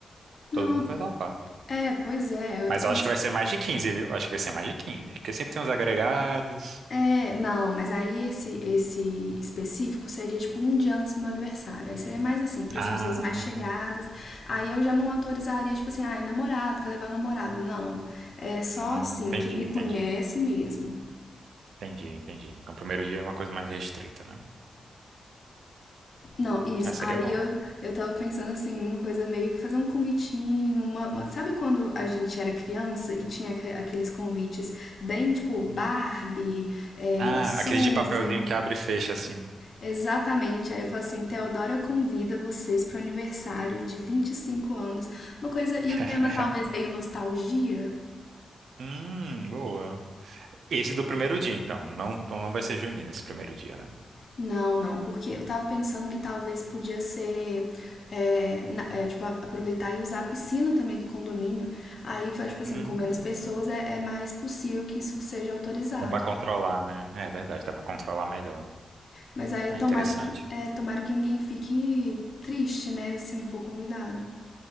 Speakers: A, on the left (about 45°); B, on the right (about 70°).
A: Não,
B: Todo mundo vai topar.
A: é, pois é, eu
B: Mas
A: tô pensando.
B: eu acho que vai ser mais de 15, viu? Acho que vai ser mais de 15, Porque sempre tem uns agregados.
A: É, não, mas aí esse, esse específico seria tipo um dia antes do meu aniversário. Aí seria mais assim, para
B: Ah,
A: as pessoas mais chegadas. Aí eu já não autorizaria, tipo assim, ai, namorado, quer levar namorado. Não. É só
B: hum,
A: assim,
B: entendi,
A: quem me
B: entendi.
A: conhece mesmo.
B: Entendi, entendi. Então, o primeiro dia é uma coisa mais restrita, né?
A: Não, isso.
B: Ah, seria
A: Aí
B: bom.
A: eu, eu tava pensando assim, uma coisa meio que fazer um convitinho, uma, uma- sabe quando a gente era criança e tinha aque- aqueles convites bem tipo Barbie, é,
B: Ah,
A: Suzy?
B: aquele de papelzinho que abre e fecha, assim, né?
A: Exatamente. Aí eu falo assim, Teodora convida vocês para o aniversário de 25 anos. Uma coisa, e
B: <laughs>
A: o tema talvez meio nostalgia?
B: Hum, boa. Esse do primeiro dia, então. Não, então não vai ser junino esse primeiro dia, né?
A: Não, não, porque eu tava pensando que talvez podia ser, é, na- é, tipo, a- aproveitar e usar a piscina também do condomínio. Aí, faz, tipo assim,
B: Hum,
A: com menos pessoas é, é mais possível que isso seja autorizado.
B: dá pra controlar, né? É verdade, dá pra controlar melhor, né?
A: Mas aí
B: Ah,
A: tomara
B: interessante.
A: que, é, tomara que ninguém fique triste, né, se não for convidado.